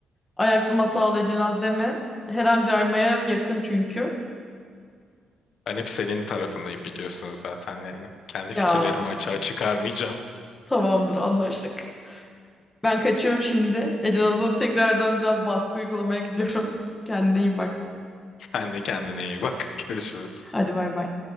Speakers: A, on the left (about 20°); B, on the left (about 60°).
A: ayaklı masa al Ecenaz deme. Her an caymaya yakın çünkü.
B: Ben hep senin tarafındayım biliyorsunuz zaten yani. Kendi
A: Ya
B: fikirlerimi açığa çıkarmayacağım.
A: tamamdır anlaştık. Ben kaçıyorum şimdi. Ecenaz'a tekrardan biraz baskı uygulamaya gidiyorum. <laughs> Kendine iyi bak.
B: <laughs> Sen de kendine iyi bak. <laughs> Görüşürüz.
A: Hadi bay bay.